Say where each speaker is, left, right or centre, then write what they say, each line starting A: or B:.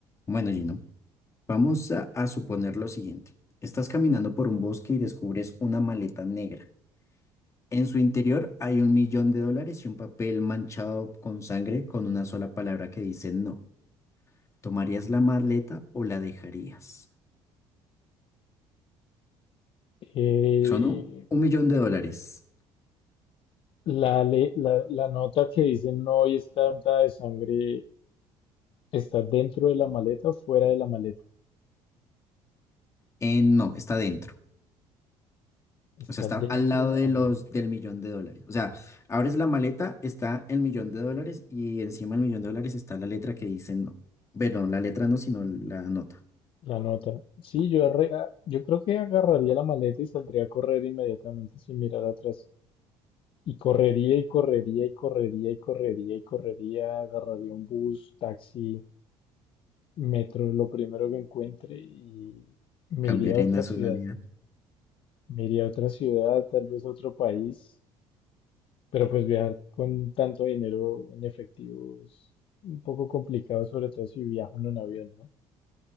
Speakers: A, on the left; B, on the left.
A: Bueno, Gino, vamos a, a suponer lo siguiente. Estás caminando por un bosque y descubres una maleta negra. En su interior hay un millón de dólares y un papel manchado con sangre con una sola palabra que dice no. ¿Tomarías la maleta o la dejarías?
B: Eh,
A: Son un, un millón de dólares.
B: la, le- la, la nota que dice no y está untada de sangre está dentro de la maleta o fuera de la maleta.
A: Eh, no, está dentro.
B: Está
A: O sea, está
B: dentro
A: al lado
B: de
A: de
B: la
A: los
B: maleta.
A: del millón de dólares. O sea, abres la maleta, está el millón de dólares y encima del millón de dólares está la letra que dice no. Bueno, la letra no, sino la nota.
B: La nota. Sí, yo, arre- ah, yo creo que agarraría la maleta y saldría a correr inmediatamente sin mirar atrás. Y correría y correría y correría y correría y correría. Agarraría un bus, taxi, metro, lo primero que encuentre y me
A: Cambiaré
B: iría a otra
A: en nacionalidad.
B: ciudad. Me iría a otra ciudad, tal vez a otro país. Pero pues viajar con tanto dinero en efectivo es un poco complicado, sobre todo si viajo uno en un avión, ¿no?